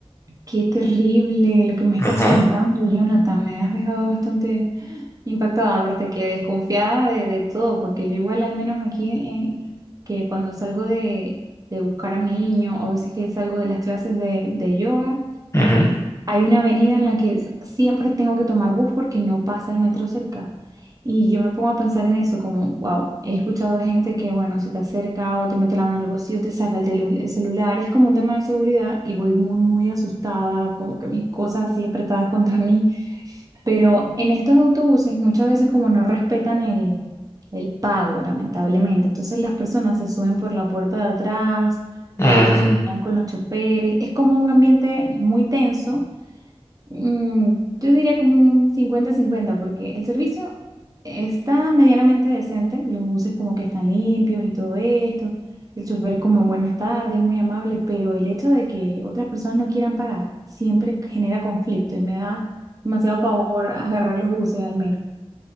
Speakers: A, on the right; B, on the left.
A: Qué terrible lo que me
B: Ajá,
A: estás contando, Jonathan. Me has dejado bastante impactada, aparte que desconfiada de, de todo, porque yo igual al menos aquí en, que cuando salgo de, de buscar a mi niño o a veces que salgo de las clases de, de yoga,
B: ujú.
A: hay una avenida en la que s- siempre tengo que tomar bus porque no pasa el metro cerca. Y yo me pongo a pensar en eso, como, wow, he escuchado de gente que, bueno, se te acerca o te mete la mano en el bolsillo, te saca el, telu- el celular, es como un tema de seguridad y voy muy, muy asustada, como que mis cosas así apretadas contra mí. Pero en estos autobuses muchas veces como no respetan el, el pago, lamentablemente. Entonces las personas se suben por la puerta de atrás
B: Mm,
A: y a veces se pelean con los choferes. Es como un ambiente muy tenso Mm, yo diría como un cincuenta-cincuenta porque el servicio está medianamente decente, los buses como que están limpios y todo esto, el chofer es como buenas tardes, muy amable, pero el hecho de que otras personas no quieran pagar siempre genera conflicto y me da demasiado pavor agarrar los buses al menos.